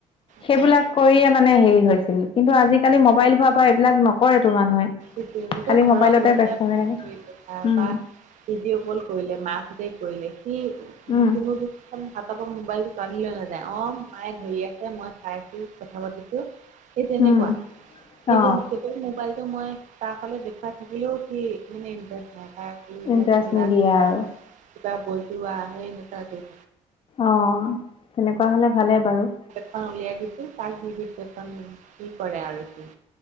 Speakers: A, on the left; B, on the right.
A: সেইবিলাক
B: অ',
A: কৰি মানে হেৰি হৈছিল, কিন্তু আজিকালি মোবাইল হোৱাৰ পৰা এইবিলাক নক কৰে তো মানুহে,
B: এতিয়া
A: খালি
B: ঘৰৰ
A: মোবাইলতে
B: কোনোবাই
A: ব ব্যস্ত
B: ফোন
A: হৈ থাকে।
B: কৰিলে
A: উম
B: বা ভিডিঅ' কল কৰিলে মাকহঁতে কৰিলে সি
A: উম
B: কোনো একদম হাতৰ পৰা মোবাইলটোকাঢ়ি লৈ নাযায়, অ মায়ে ধৰি আছে মই চাই আছো কথা পাতিছো। সেই তেনেকুৱা,
A: উম
B: কিন্তু
A: অ
B: তেতিয়া মোবাইলটো মই তাৰ ফালে দেখুৱাই থাকিলেও সি মানে ইণ্টাৰেষ্ট নাই। তাক এইবিলাক
A: ইণ্টাৰেষ্ট
B: খেলা
A: নিদিয়ে
B: খেলা
A: আৰু
B: কিবা বজোৱা সেই <unintelligible>
A: অ' তেনেকুৱা হ'লে ভালেই বাৰু।
B: খন উলিয়াই দিছোঁ তাক যি দিছে যি কৰে আৰু সি।